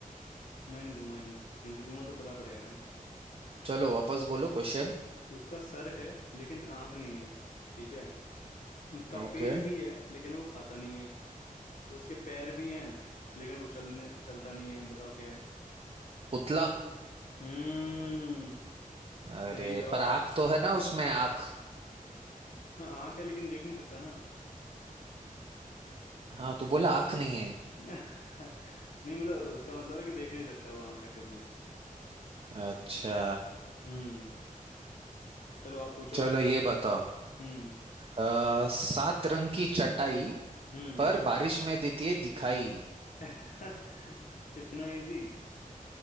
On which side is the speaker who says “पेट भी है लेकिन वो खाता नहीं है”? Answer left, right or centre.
Left